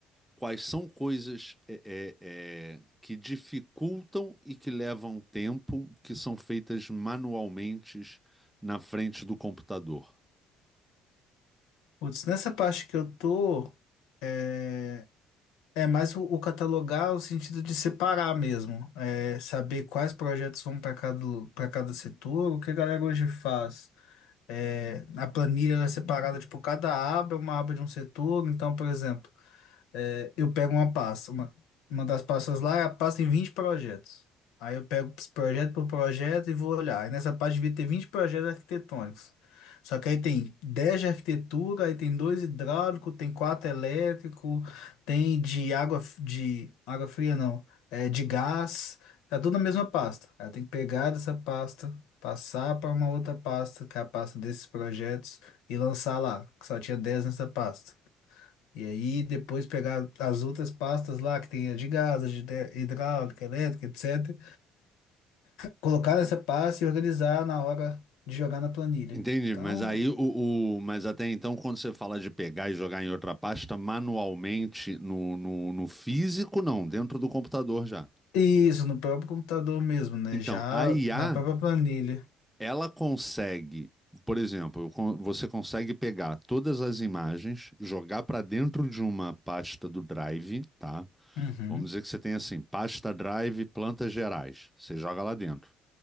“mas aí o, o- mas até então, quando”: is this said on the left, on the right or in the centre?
Centre